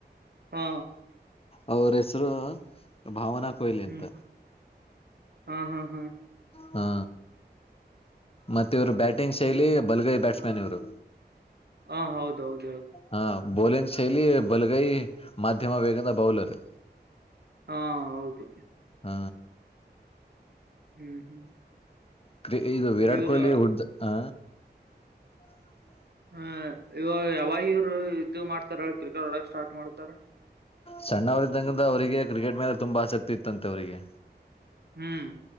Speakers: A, on the right (about 65°); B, on the left (about 35°).
A: ಹಾ
B: ಅವ್ರ ಹೆಸರು ಭಾವನಾ ಲಿ ಎಂತ
A: ಹ್ಮ್ ಹಾ ಹಾ ಹಾ
B: ಹಾ ಮತ್ತೆ ಇವ್ರು ಬ್ಯಾಟಿಂಗ್ ಶೈಲಿ ಬಲ್ಗೈ ಬ್ಯಾಟ್ಸ್ ಮ್ಯಾನ್ ಇವ್ರು
A: ಹ ಹೌದೌದು
B: ಹಾ ಬೌಲಿಂಗ್ ಶೈಲಿ ಬಲಗೈ ಮಾಧ್ಯಮ ವೇಗದ ಬೌಲರ್
A: ಹಾ ಹೌದು
B: ಹ
A: ಹ್ಮ್ ಹ್ಮ್
B: ಕ್ರಿ ಇದು ವಿರಾಟ್
A: ಇವ್ರು
B: ಕೊಹ್ಲಿ ಹುಡ್ ಹ ಹ್ಮ
A: ಹ್ಮ ಇವಾಗ ಯಾವಾಗ ಇವ್ರು ಇದದು ಮಾಡ್ತಾರ ಕ್ರಿಕೆಟ್ ಒಡಕ್ ಸ್ಟಾರ್ಟ್ ಮಾಡ್ತಾರ
B: ಸಣ್ಣವರ ಇದಿದ್ದಂಗಂದ ಅವ್ರರಿಗೆ ಕ್ರಿಕೆಟ್ ಮೇಲೆ ತುಂಬಾ ಆಸಕ್ತಿ ಇತ್ತಂತೆ ಅವ್ರರಿಗೆ
A: ಹ್ಮ್